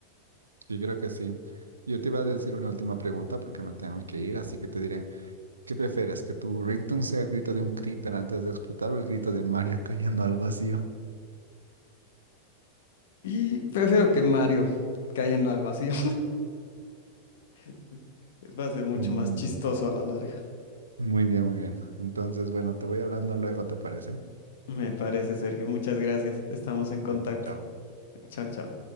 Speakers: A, on the right; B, on the left.
A: Sí, creo que sí. Yo te iba a decir una última pregunta porque me tengo que ir, así que te diré, ¿qué prefieres? ¿Que tu ringtone sea el grito de un creeper antes de explotar o el grito de Mario <laughs> cayendo al vacío?
B: Y prefiero que Mario cayendo al vacío. <laughs> Va a ser mucho
A: Mm,
B: más chistoso a la larga.
A: muy bien, muy bien. Entonces, bueno, te voy hablando luego, ¿te parece?
B: Me parece, Sergio. Muchas gracias. Estamos en contacto.
A: Ya, chao. chao.
B: Chao, chao.